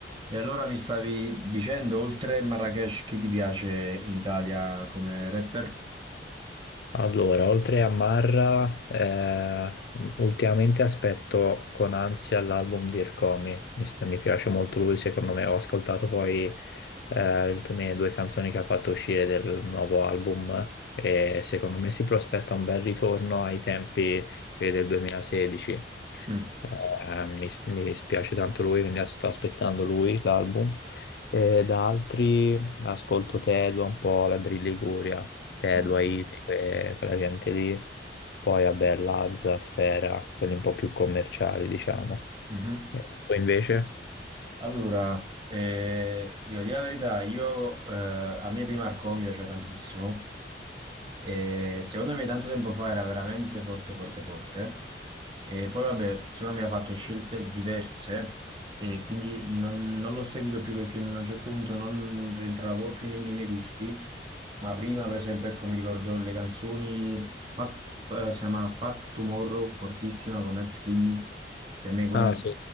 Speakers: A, on the right; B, on the left.
A: E allora mi stavi dicendo, oltre Marrakesh, chi ti piace in Italia come rapper?
B: Allora, oltre a Marra, eh, ultimamente aspetto con ansia l'album di Irkomi, mi, sta- mi piace molto lui, secondo me ho ascoltato poi eh, le mie due canzoni che ha fatto uscire del nuovo album e secondo me si prospetta un bel ritorno ai tempi quelli del 2016.
A: Mm.
B: Eh, mi, mi spiace tanto lui, quindi sto aspettando lui l'album. E da altri ascolto Tedua un po', la Drill Liguria, Te,
A: Mm.
B: Haiti, que- quella gente lì. Poi, vabbè, Lazza, Sfera, quelli un po' più commerciali, diciamo.
A: Mhm.
B: E tu invece?
A: Allora, eh, devo dire la verità, io, eh, a me Primarco mi piaceva tantissimo, E secondo me tanto tempo fa era veramente forte, forte, forte. E poi vabbè, secondo me ha fatto scelte diverse e quindi non, non l'ho seguito più perché a un certo punto non rientravo più nei, nei miei gusti. Ma prima, per esempio, ecco, mi ricordo le canzoni, Fa- Fa- si chiama Fuck Tomorrow, fortissima con Nat Skinny. Per me quella,
B: Ah, sì.